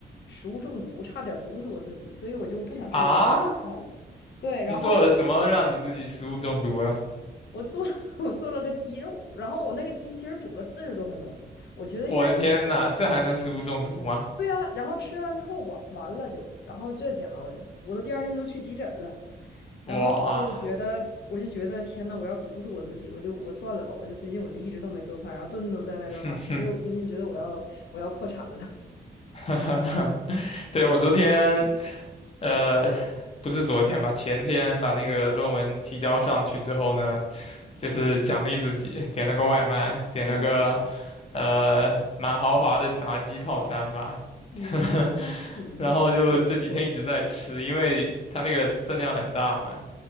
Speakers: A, on the left; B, on the left.
A: 食物中毒，差点毒死我自己，所以我就不想吃我自己的饭了。
B: 啊！
A: 对，然后我。
B: 你做了什么让你自己食物中毒了？
A: 就。我做 <laughs> 我做了个鸡肉，然后我那个鸡其实煮了四十多分钟，我觉得应该
B: 我的天呐，这还能食物中毒吗？
A: 对啊，然后吃完之后完完了就，然后这家伙的，我都第二天都去急诊了，然后我就觉得我就觉得天呐，
B: 哇，
A: 我要毒死我自己，我就我算了吧，我就最近我就一直都没做饭，然后顿顿都在外边买，
B: 哼哼，
A: 所以我最近觉得我要我要破产了，
B: <laughs> 对，我昨天，呃，不是昨天吧，前天把那个论文提交上去之后呢，就是奖励自己，点了个外卖，点了个
A: <laughs> 嗯
B: 呃蛮豪华的炸鸡套餐吧，
A: 嗯
B: <laughs>
A: 嗯，
B: 然后就这几天一直在吃，
A: 不错不错，
B: 因为它那个分量很大嘛，